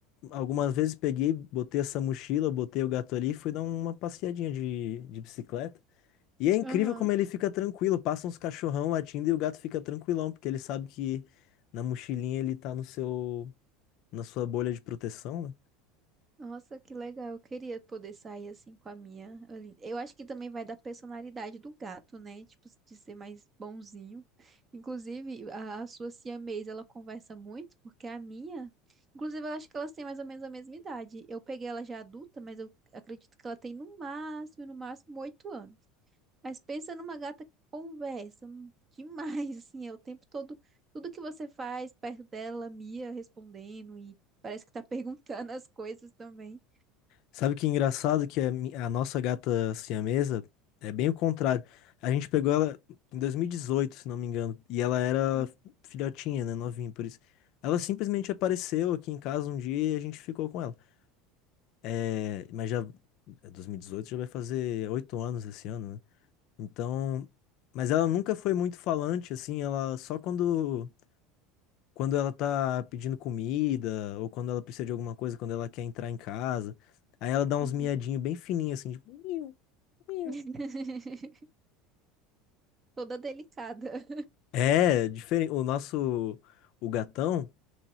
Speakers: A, on the left (about 50°); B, on the right (about 20°).
A: algumas vezes peguei, botei essa mochila, botei o gato ali e fui dar uma passeadinha de, de bicicleta. E é incrível
B: Aham.
A: como ele fica tranquilo. Passa uns cachorrão latindo e o gato fica tranquilão, porque ele sabe que na mochilinha ele tá no seu, na sua bolha de proteção, né?
B: Nossa, que legal. Eu queria poder sair assim com a minha. Eu eu acho que também vai da personalidade do gato, né? Tipo, de ser mais bonzinho. Inclusive, a, a sua siamês, ela conversa muito, porque a minha. Inclusive, eu acho que elas têm mais ou menos a mesma idade. Eu peguei ela já adulta, mas eu acredito que ela tem no máximo, no máximo, oito anos. Mas pensa numa gata que conversa hum, demais, <laughs> assim, é o tempo todo. Tudo que você faz perto dela, Mia respondendo e parece que tá <laughs> perguntando as coisas também.
A: Sabe que engraçado que a, mi- a nossa gata siamesa é bem o contrário. A gente pegou ela em 2018, se não me engano, e ela era
B: Uhum,
A: filhotinha, né, novinha, por isso. Ela simplesmente apareceu aqui em casa um dia e a gente ficou com ela. É, mas já, é 2018 já vai fazer oito anos esse ano, né? Então, mas ela nunca foi muito falante, assim, ela só quando quando ela tá pedindo comida, ou quando ela precisa de alguma coisa, quando ela quer entrar em casa. Aí ela dá uns
B: uhum.
A: miadinhos bem fininhos, assim, tipo, miu, miu.
B: <laughs> Toda delicada.
A: É, diferente. O nosso, o gatão,